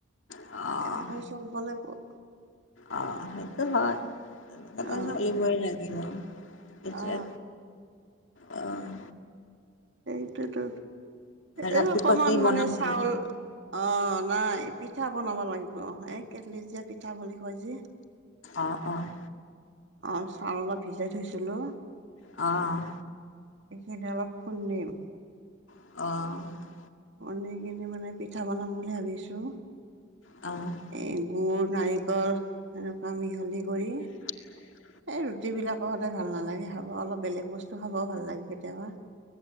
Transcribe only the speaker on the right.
তাকে কৈছো। চলব লাগিব।
অ
অ
এইটোতো
এ অকমান
মানে চাউল অ', নাই পিঠা বনাব লাগিব। এই কেটলিত দিয়া পিঠা বুলি কয় যে।
অ', চাউল অলপ ভিজাই থৈছিলো
সেইখিনি অলপ খুন্দিম।
খুন্দি কিনি মানে পিঠা বনাম বুলি ভাবিছো।
এই গুৰ নাৰিকল এনেকুৱা মিহলি কৰি।
এই ৰুটিবিলাকো সদায় ভাল নালাগে খাব অলপ বেলেগ বস্তু খাবও ভাল লাগে কেতিয়াবা।